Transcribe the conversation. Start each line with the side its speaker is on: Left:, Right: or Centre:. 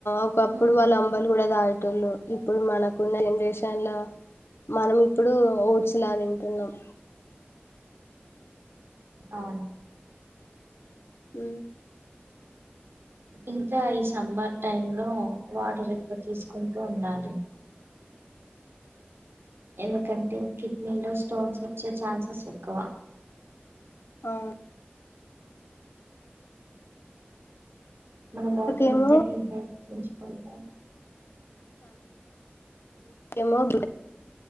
Left: ఒకప్పుడు
Right: బాగుంటుంది
Left: వాళ్ళు అంబలు కూడా దాయేటళ్ళు ఇప్పుడు మనకున్న జనరేషన్ లో మనం ఇప్పుడు ఊచలా తింటున్నాం
Right: అవును
Left: అ
Right: ఇంకా ఈ సంమ్మార్ టైం లో వాటర్ ఎక్కువ తీసుకుంటూ ఉండాలి ఎందుకంటే నీళ్లో స్టోన్స్ వచ్చే ఛాన్సెస్ ఎక్కువ
Left: ఆ
Right: మన బాడీ
Left: ఏమో
Right: మధ టీ గుజపో
Left: మ